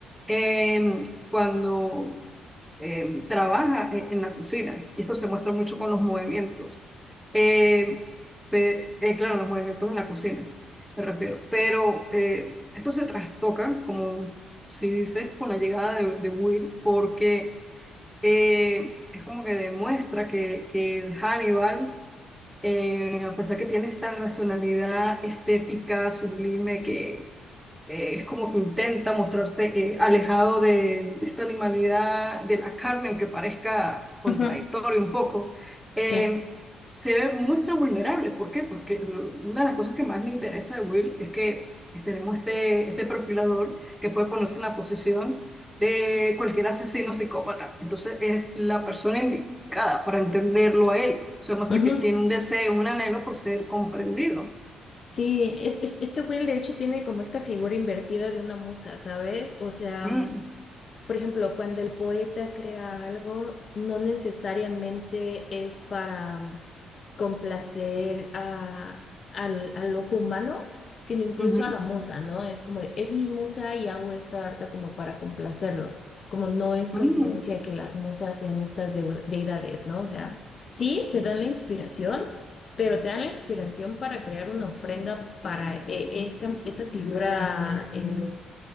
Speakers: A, in the centre; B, on the left.
A: eh, cuando eh, trabaja e- en la cocina. Y esto se muestra mucho con los movimientos. Eh, pe- eh, claro, los movimientos en la cocina, me refiero. Pero eh, esto se trastoca, como si dices, con la llegada de, de Will, porque eh, es como que demuestra que, que Hannibal eh, a pesar que tiene esta racionalidad estética sublime que, eh, es como que intenta mostrarse eh, alejado de, de esta animalidad de la carne, aunque parezca contradictorio
B: Ujú,
A: un poco, eh,
B: Sí.
A: se muestra vulnerable. ¿Por qué? Porque lo- una de las cosas que más me interesa de Will es que tenemos este, este perfilador que puede ponerse en la posición de cualquier asesino psicópata. Entonces es la persona indicada para entenderlo a él. Eso muestra
B: ujú.
A: que tiene un deseo, un anhelo por ser comprendido.
B: Sí, es- es- este Will de hecho tiene como esta figura invertida de una musa, ¿sabes? O sea,
A: Mm,
B: Por ejemplo, cuando el poeta crea algo, no necesariamente es para mm, complacer a, al, al ojo humano, sino incluso
A: ujú,
B: a la musa, ¿no? Es como de, es mi musa y hago esta arte como para complacerlo. Como no es
A: mm,
B: coincidencia que las musas sean estas deu- deidades, ¿no? O sea, sí te dan la inspiración, pero te dan la inspiración para crear una ofrenda para eh, esa, esa figura, eh,